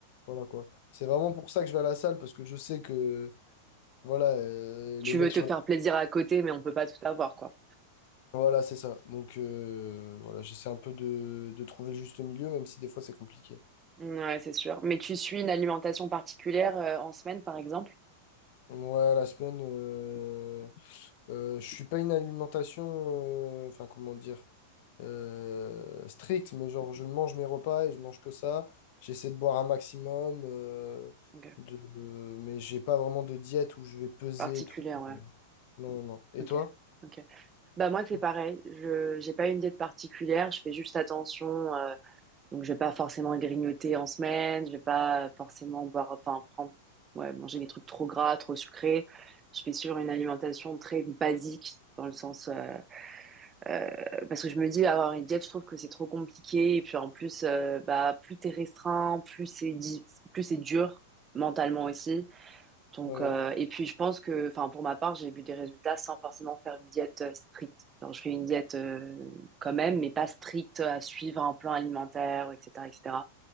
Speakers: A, on the left; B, on the right.
A: voilà quoi. C'est vraiment pour ça que je vais à la salle parce que je sais que, voilà, euh, les
B: Tu
A: mecs
B: veux te
A: sur
B: faire plaisir à côté, mais on peut pas tout avoir, quoi.
A: Voilà, c'est ça. Donc, euh, voilà, j'essaie un peu de, de trouver le juste milieu, même si des fois c'est compliqué.
B: Ouais, c'est sûr. Mais tu suis une alimentation particulière euh, en semaine, par exemple?
A: Ouais, la semaine, euh, euh, je suis pas une alimentation, euh, enfin, comment dire, euh, stricte, mais genre, je mange mes repas et je mange que ça. J'essaie de boire un maximum, euh,
B: Ok.
A: de, de- mais j'ai pas vraiment de diète où je vais peser
B: Particulière,
A: et tout.
B: ouais.
A: Non, non, non. Et
B: Ok.
A: toi?
B: Ok. Bah moi c'est
A: Ouais,
B: pareil. Je j'ai pas une diète particulière. Je fais juste attention. euh, donc je vais pas forcément grignoter en semaine. Je vais pas forcément boire, enfin prendre, ouais, manger des trucs trop gras, trop sucrés. Je fais sur une alimentation très basique dans le sens. euh, Euh, parce que je me dis, avoir une diète, je trouve que c'est trop compliqué. Et puis en plus, euh, bah, plus t'es restreint, plus c'est di- plus c'est dur mentalement aussi. Donc,
A: ouais,
B: euh, et puis je pense que, enfin, pour ma part, j'ai vu des résultats sans forcément faire une diète euh, stricte. Genre, je fais une diète euh, quand même, mais pas stricte à suivre un plan alimentaire, etc., etc.